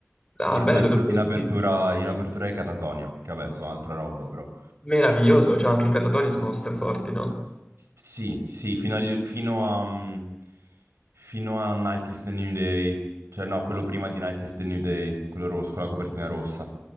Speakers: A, on the left; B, on the right.
A: Ah,
B: in
A: bello,
B: apertu-
A: dove li
B: in
A: hai sentiti?
B: apertura, in apertura ai Catatonia, che vabbè, so altra roba però.
A: Meraviglioso, cioè anche i Catatonia sono straforti, no?
B: Sì, sì, fino agli- fino a, mm, fino a Night is the New Day. Cioè, no, quello prima di Night is the New Day, quello rosso, con la copertina rossa.